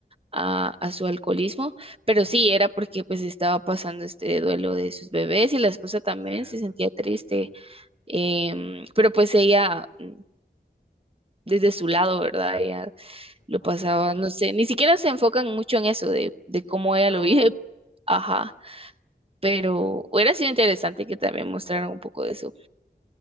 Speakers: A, on the right; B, on the left.
A: a, a su alcoholismo, pero
B: ujú,
A: sí era porque pues estaba pasando este duelo de sus bebés y la esposa también
B: Es cierto.
A: se sentía triste, em, pero pues ella mm, desde su lado, ¿verdad? Ella lo
B: Ajá.
A: pasaba, no sé, ni siquiera se enfocan mucho en eso de, de cómo ella
B: No,
A: lo vive, ajá, pero hubiera sido interesante que también mostraran un poco de eso.